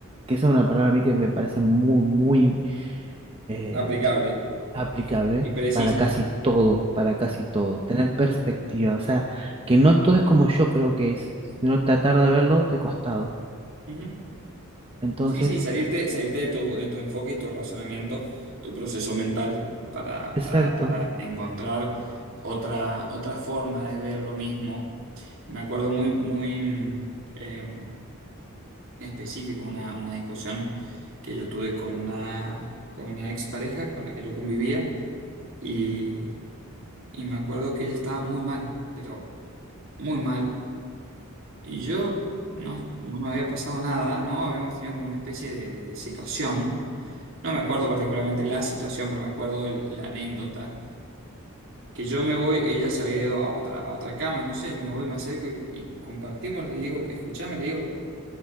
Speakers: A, on the right; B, on the right.
A: que esa es una palabra a mí que me parece muy, muy eh,
B: Aplicable
A: aplicable
B: y precisa.
A: para casi todo, para casi todo, tener perspectiva, o sea, que no todo es como yo creo que es, sino tratar de verlo de costado.
B: Ujú.
A: Entonces,
B: Sí, sí, salirte, salirte de tu, de tu enfoque y tu razonamiento, tu proceso mental para,
A: exacto,
B: para, para encontrar otra, otra forma de ver lo mismo. Me acuerdo muy, muy mm, eh, específico una, una discusión que yo tuve con una, con una expareja con la que yo convivía y, y me acuerdo que ella estaba muy mal, pero muy mal. Y yo no, no me había pasado nada, ¿no? Habíamos tenido como una especie de, de- de situación. No me acuerdo particularmente la situación, pero me acuerdo el- la anécdota. Que yo me voy, ella se había ido a otra, a otra cama, no sé, me voy, me acerco y, y compartimos, le digo, escuchame, le digo,